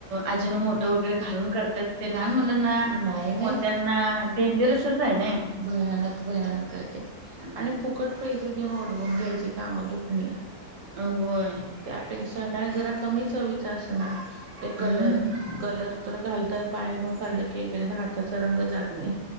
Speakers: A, on the right; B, on the right.
A: आजीनं मोठो वगैरे घालून करत त्यात ते लहान मुलांना,
B: नाही नाही
A: मोठ्यांना डेंजरसच हाय नई.
B: भयानक, भयानक आहेे ते,
A: हम्म.
B: आणि खूप फुकट पैसे घेऊन ओढवून घ्यायचे कामं दुखणे.
A: अव, व्हय.
B: त्यांपेक्षा कायं जरां कमीचं हवीच असं नां ते कलर
A: हम्म
B: कलर. घालतांत बाहेरूंन खाल्लं की हातांचा रंग जातणे